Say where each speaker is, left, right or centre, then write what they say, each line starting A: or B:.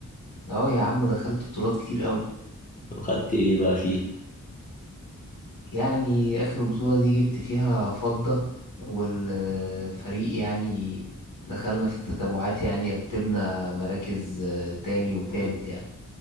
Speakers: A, on the left; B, on the left.
A: اه يا عم دخلت بطولات كتير قوي
B: وخدت ايه بقى في
A: يعني اخر بطولة دي جبت فيها فضة والفريق يعني دخلنا في التتابعات يعني رتبنا مراكز آه، تاني وتالت يعني